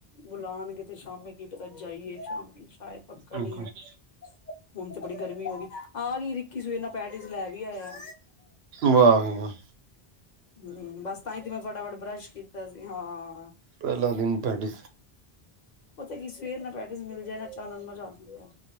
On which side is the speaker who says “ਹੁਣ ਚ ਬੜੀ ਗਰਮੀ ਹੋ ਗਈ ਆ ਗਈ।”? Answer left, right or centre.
Left